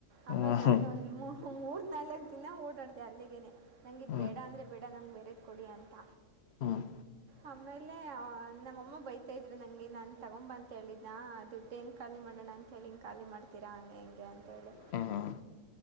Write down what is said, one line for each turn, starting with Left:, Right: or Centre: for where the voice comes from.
Right: ಆಮೇಲೆ
Left: ಹ್ಮ್
Right: ನಾನ ಒಂದ್ ಮೂ ನಾಲ್ಕು ದಿನ ಓಡಾಡ್ದ ಅಲ್ಲಿಗೆೇನೆ ನಂಗಿದ
Left: ಹ್ಮ್ ಹ್ಮ್
Right: ಬೇಡ ಅಂದ್ರೆ ಬೇಡ ನಂಗೆ ಬೇರೆದ ಕೊಡಿ ಅಂತ
Left: ಹ್ಮ್
Right: ಆಮೇಲೆ ನಮ್ಮಮ್ಮ ಬೈತಾ ಇದ್ರು ನಂಗೆ ನಾನು ತಗೊಂಬ ಅಂತ ಹೇಳಿದ ನ ದುಡ್ಡು ಹೆಂ ಖಾಲಿ ಮಾಡೋಣ ಅಂತೇಳಿ ಹಿಂಗೆ ಖಾಲಿ ಮಾಡ್ತೀರಾ ಹಂಗೆ ಹಿಂಗೆ ಅಂತೇಳಿ
Left: ಹ್ಮ್